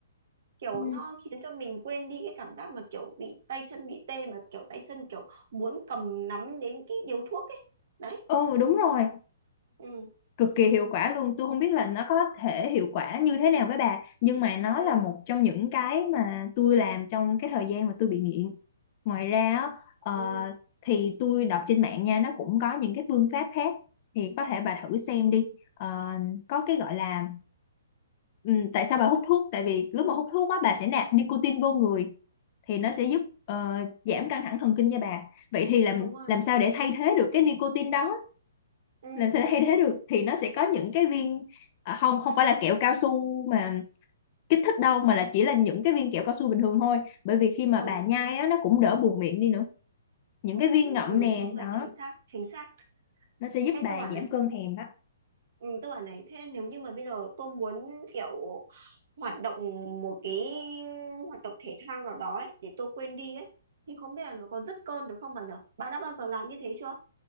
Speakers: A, on the right (about 60°); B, on the left (about 40°).
A: kiểu
B: ừ,
A: nó khiến cho mình quên đi cái cảm giác mà kiểu bị tay chân bị tê mà kiểu tay chân kiểu muốn cầm nắm đến cái điếu thuốc ấy đấy
B: ừ đúng rồi
A: ừ
B: cực kỳ hiệu quả luôn tôi không biết là nó có thể hiệu quả như thế nào với bà nhưng mà nó
A: ừ
B: là một trong những cái mà tôi làm trong cái thời gian mà tôi bị nghiện ngoài ra á, ờ,
A: ừ
B: thì tôi đọc trên mạng nha nó cũng có những cái phương pháp khác thì có thể bà thử xem đi Ờ, có cái gọi là ừm, tại sao bà hút thuốc tại vì lúc mà hút thuốc á bà sẽ nạp nicotine vô người thì nó sẽ giúp ờ, giảm căng thẳng thần kinh cho bà vậy thì làm
A: đúng rồi
B: làm sao để thay thế được cái nicotine đó
A: ừ
B: làm sao để thay thế được thì nó sẽ có những cái viên à, không không phải là kẹo cao su mà kích thích đâu mà là chỉ là những cái viên kẹo cao su bình thường thôi bởi vì khi mà
A: ừ,
B: bà nhai á nó cũng đỡ buồn miệng đi nữa những
A: ừ,
B: cái viên
A: chính,
B: ngậm
A: ừ
B: nè
A: đúng rồi
B: đó
A: chính xác chính xác
B: nó sẽ giúp
A: Ê
B: bà
A: tôi bảo này
B: giảm cơn thèm đó
A: ừ, tôi bảo này thế nếu như mà bây giờ tôi muốn kiểu hoạt động một cái hoạt động thể thao nào đó ấy, để tôi quên đi ấy thì không biết là nó có dứt cơn được không bà nhở bà đã bao giờ làm như thế chưa